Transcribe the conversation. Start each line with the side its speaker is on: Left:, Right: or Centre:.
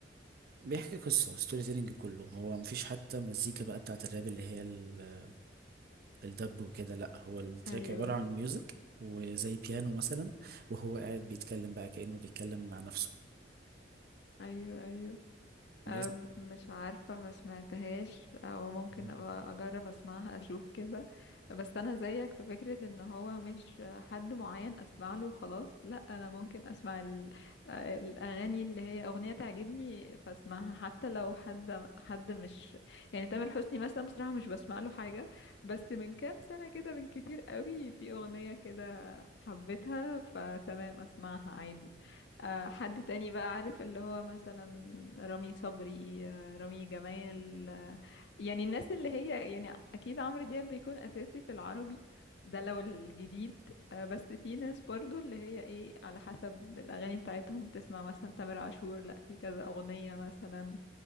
Right: بيحكي قصة ستوري تيلينج كله هو مفيش حتى مزيكا بقى بتاعت الراب اللي هي ال- الدب وكده لا هو التراك
Left: ايوه
Right: عبارة عن ميوزك وزي بيانو مثلا وهو قاعد بيتكلم بقى كأنه بيتكلم مع نفسه
Left: ايوه ايوه
Right: بس
Left: أم، مش عارفة ما سمعتهاش او
Right: <laughs>
Left: ممكن ابقى اجرب اسمعها اشوف كده بس انا زيك في فكرة ان هو مش حد معين اسمع له وخلاص لا انا ممكن اسمع ال- الاغاني اللي هي اغنية تعجبني فاسمعها حتى لو حد حد مش يعني تامر حسني مثلا بصراحة مش بسمع له حاجة بس من كام سنة كده من كتير قوي في اغنية كده حبيتها فتمام اسمعها عادي آه، حد تاني بقى عارف اللي هو مثلا رامي صبري آه، رامي جمال آه، يعني الناس اللي هي يعني اكيد عمرو دياب بيكون اساسي في العربي ده لو الجديد آه، بس في ناس برضو اللي هي ايه على حسب الاغاني بتاعتهم بتسمع مثلا تامر عاشور لا في كذا اغنية مثلا